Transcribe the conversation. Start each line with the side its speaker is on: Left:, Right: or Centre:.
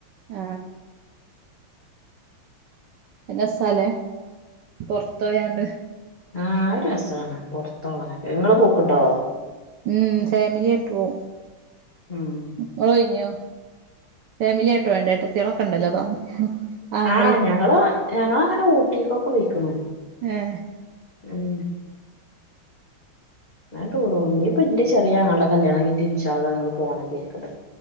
Right: ആ ഒര് രസാലേ. പൊറത്ത് പോയാണ്ട്.
Left: ആ അഅ് രസാണ് പൊറത്തോവാനൊക്കെ ഇങ്ങള് പോക്ണ്ടോ?
Right: ഉം ഫാമിലിയായിട്ടു പോവും.
Left: ഉം
Right: ഇങ്ങളോയീഞ്യോ? ഫാമിലിയായിട്ട് പോവേണ്ടൊ ട ഏട്ടത്ത്യേളൊക്കേണ്ടല്ലോ തോനെ ആങ്ങളീം
Left: ആ ഞങ്ങള് ഞങ്ങളങ്ങനെ ഊട്ടീക്കൊക്കെ പൊയിക്കുണു.
Right: ഏഹ്
Left: ഉം അങ്ങനെ ടൂറോവും ഇഞ് ഇപ്പന്റെ ചെറിയ ആങ്ങൾ ൻ്റെ കല്യാണം കയിഞ്ഞിട്ടി ഇൻശാ അള്ളാ ഞങ്ങള് പോണം വിചാരിക്കണ്ട്.